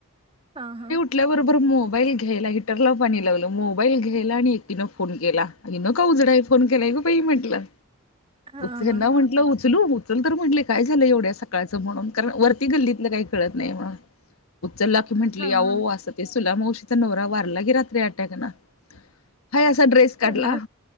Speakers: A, on the right (about 25°); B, on the left (about 85°).
A: हा हां
B: उटल्याबरोबर मोबाईल घ्यायला हिटरला पाणी लावलं मोबाईल घ्यायला आणि एकटीनं फोन केेला हीन का उघडायला फोन केलाय ग बाई म्हंटलं
A: हा
B: ह्यांना
A: हा
B: म्हटलं उचलू उचल तर म्हटले काय झालं एवढ्या सकाळचं म्हणून कारण वरती गल्लीतलं काही कळत नाही म्हणून उचलला की म्हटली
A: हा
B: अहो
A: हा
B: असं सुला मावशीचा नवरा वारला की रात्री अट्याक न हाय असा ड्रेस काढला
A: मग